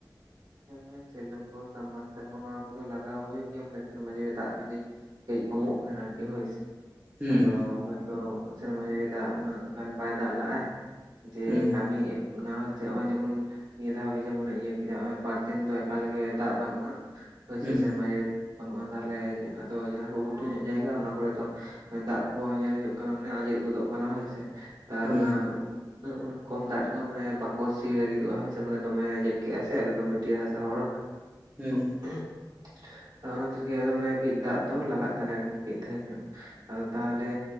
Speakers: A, on the right; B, on the right.
A: ᱦᱮᱸ ᱥᱮᱞᱳ ᱠᱚ ᱥᱟᱞᱢᱟᱨᱥᱟᱞ ᱠᱚ ᱱᱚᱣᱟ ᱠᱚᱫᱚ ᱞᱟᱜᱟᱣ ᱦᱩᱭᱩᱜ ᱜᱮᱭᱟ ᱢᱟᱱᱮ ᱥᱮᱨᱢᱟ ᱡᱟᱹᱲᱤ ᱫᱟᱜ ᱡᱩᱫᱤ ᱠᱟᱹᱡ ᱠᱚᱢᱚᱜ ᱠᱷᱟᱱ ᱟᱨᱠᱤ ᱦᱳᱭᱥ᱾
B: ᱦᱩᱸ
A: ᱟᱫᱚ ᱦᱚᱭᱛᱚ ᱚᱛ ᱥᱮᱨᱢᱟ ᱡᱟᱹᱲᱤ ᱩᱱᱟᱹᱜ ᱜᱟᱱ ᱵᱟᱭ ᱫᱟᱜ ᱞᱟᱜᱟᱭ ᱡᱮ
B: ᱦᱩᱸ
A: ᱠᱟᱹᱢᱤ ᱮᱦᱚᱵᱮᱱᱟ ᱦᱳᱭ ᱥᱮ ᱱᱚᱜᱼᱚᱭ ᱡᱮᱢᱚᱱ ᱱᱤᱭᱟᱹ ᱫᱷᱟᱣ ᱜᱮ ᱡᱮᱢᱚᱱᱮ ᱤᱭᱟᱹ ᱠᱮᱫᱟ ᱱᱚᱜ-ᱚᱭ ᱵᱟᱨ ᱫᱤᱱ ᱫᱚ ᱮᱠᱟᱞ ᱜᱮ ᱫᱟᱜ ᱵᱟᱹᱱᱩᱜᱼᱟ ᱦᱳᱭ
B: ᱦᱩᱸ
A: ᱥᱮ ᱥᱮᱨᱢᱟ ᱡᱟᱹᱲᱤ ᱵᱟᱹᱱᱩᱜᱼᱟ ᱛᱟᱦᱚᱞᱮ ᱟᱫᱚ ᱡᱟᱦᱟᱸ ᱠᱚ ᱜᱷᱩᱴᱩ ᱧᱚᱜ ᱡᱟᱭᱜᱟ ᱚᱱᱟ ᱠᱚᱨᱮ ᱫᱚ ᱫᱟᱜ ᱠᱚ ᱧᱮᱞ ᱦᱩᱭᱩᱜ ᱠᱟᱱᱟ ᱢᱟᱱᱮ ᱟᱸᱡᱮᱫ ᱜᱚᱫᱚᱜ ᱠᱟᱱᱟ ᱦᱳᱭᱥᱮ ᱟᱨ
B: ᱦᱩᱸ
A: ᱚᱱᱟ ᱩᱱᱟᱜ ᱠᱚᱢ ᱫᱟᱜ ᱫᱚ ᱢᱟᱱᱮ ᱵᱟᱠᱚ ᱥᱤ ᱞᱟᱹᱜᱤᱫᱚᱜᱼᱟ ᱦᱳᱭ ᱥᱮ ᱢᱟᱱᱮ ᱫᱚᱢᱮ ᱡᱮᱴᱠᱮᱜ-ᱟ ᱥᱮ ᱟᱞᱮ ᱫᱚ ᱢᱟᱴᱭᱟᱹᱲ ᱦᱟᱥᱟ ᱦᱚᱲ
B: ᱦᱩᱸ
A: ᱦᱩᱸ ᱚᱱᱟ ᱠᱷᱟᱛᱤᱨ ᱜᱮ ᱟᱫᱚ ᱚᱱᱮ ᱠᱟᱹᱡ ᱫᱟᱜ ᱫᱚ ᱞᱟᱜᱟᱫ ᱛᱟᱞᱮᱭᱟ ᱟᱨᱠᱤ ᱰᱷᱮᱨ ᱧᱚᱜ᱾ ᱟᱫᱚ ᱛᱟᱦᱚᱞᱮ